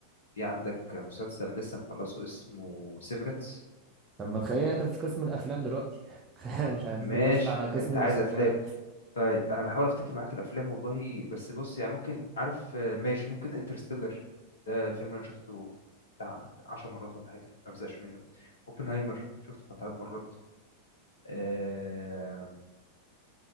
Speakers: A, on the left; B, on the right.
A: في عندك مسلسل لسه مخلصه اسمه سيفرنس
B: طب ما تخلينا انت في قسم الافلام دلوقتي <laughs> خلينا مش عايزين
A: ماشي
B: نخش على قسم
A: انت
B: المسلسلات
A: عايز افلام طيب انا بحاول افتكر معاك الافلام والله بس بص يعني ممكن عارف آه، ماشي ممكن انترستيلر ده فيلم انا شفته بتاع 10 مرات ولا حاجه ما بزهقش منه اوبنهايمر شفته بتاع ثلاث مرات آه